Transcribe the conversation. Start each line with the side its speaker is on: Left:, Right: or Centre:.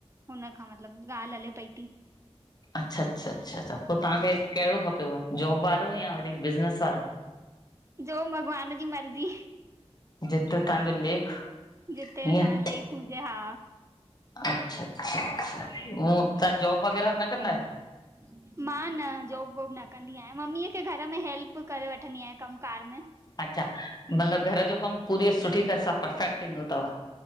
Right: हुन खां मतिलबु ॻाल्हि हले पई थी।
Left: अच्छा अच्छा अच्छा पो तव्हांखे कहिड़ो खपेव, जॉब वारो या वरी बिज़नेस वारो?
Right: जो भॻवान जी मर्ज़ी।
Left: जिते तव्हांजो लेख
Right: जिते असांज
Left: ईअं
Right: लेक हुजे हा।
Left: अच्छा अच्छा अच्छा हू तां जॉब वग़ैरहा न कंदा आहियो?
Right: ह <unintelligible> मां न जॉब-वॉब न कंदी आहियां मम्मीअ खे घर में हेल्प करे वठंदी आहियां कमु कार में।
Left: अच्छा, मतिलबु घर जो कमु पूरी सुठी तरह सां परफेक्ट ईंदो तव।